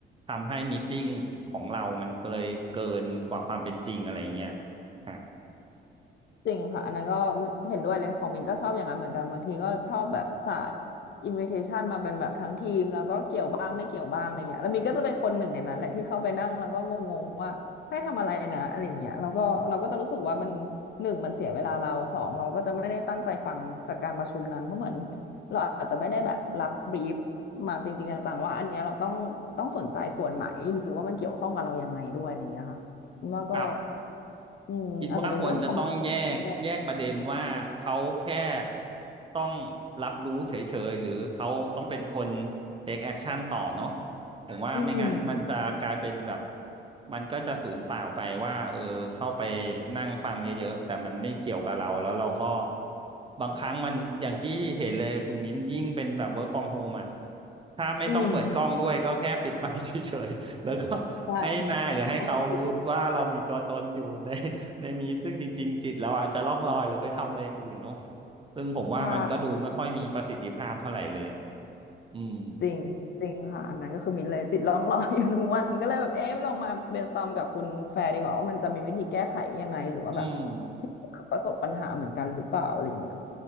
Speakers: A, on the right (about 25°); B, on the left (about 60°).
A: ทำให้มีตติ้งของเรามันก็เลยเกินกว่าความเป็นจริงอะไรเงี้ยฮะ
B: จริงค่ะอันนั้นก็เห็นด้วยเลยของมินก็ชอบอย่างนั้นเหมือนกันบางทีก็ชอบแบบศาสตร์อินวิเทชันมาเป็นแบบทั้งทีมแล้วก็เกี่ยวบ้างไม่เกี่ยวบ้างอะไรเงี้ยแล้วมินก็จะเป็นคนหนึ่งในนั้นแหละที่เข้าไปนั่งแล้วก็งงๆว่าให้ทำอะไรนะอะไรเงี้ยแล้วก็เราก็จะรู้สึกว่ามันหนึ่งมันเสียเวลาเราสองเราก็จะไม่ได้ตั้งใจฟังจากการประชุมนั้นเพราะเหมือนเราอาจจะไม่ได้แบบรับบรีฟมาจริงๆจังๆว่าอันเนี้ยเราต้องต้องสนใจส่วนไหนหรือว่ามันเกี่ยวข้องกับเรายังไงด้วยอะไรเงี้ยค่ะมินว่าก็
A: ครับ
B: อืมอาจจะเป็นเรื่อง
A: คิดว่าควรจะต้องแยกแยกประเด็นว่าเขาแค่
B: communication อ
A: ต้องรับรู้เฉยๆหรือเขาต้องเป็นคน take action ต่อเนาะผมว่าไม่งั้นมันจะกลายเป็นแบบ
B: ืม
A: มันก็จะสูญเปล่าไปว่าเออเข้าไปนั่งฟังเยอะๆแต่มันไม่เกี่ยวกับเราแล้วเราก็บางครั้งมันอย่างที่เห็นเลยคุณมิ้นยิ่งเป็นแบบ work from home อ่ะถ้าไม่ต้องเปิดกล้องด้วยก็แค่ปิดไมค์เฉยๆแล้วก็
B: อืมใช่
A: ให้นายหรือให้เขารู้ว่าเรามีตัวตนอยู่ใน
B: ทำแบบนี้
A: ในมีซึ่งจริงๆจิตเราอาจจะล่องลอยหรือไปทำอะไรอย่างอื่นเนาะซึ่งผมว่ามันก็ดูไม่ค่อยมีประสิทธิภาพเท่าไหร่เลยอะ
B: ใช่
A: อืม
B: จริงจริงค่ะอันนั้นก็คือมิ้นเลยจิตลองรอยอยู่ทุกวันก็เลยแบบเอ๊ะลองมา brainstorm กับคุณแฟร์ดีกว่าว่ามันจะมีวิธีแก้ไขยังไงหรือว่าแบบ
A: อืม
B: ที่ประสบปัญหาเหมือนกันหรือเปล่าอะไรอย่างเงี้ย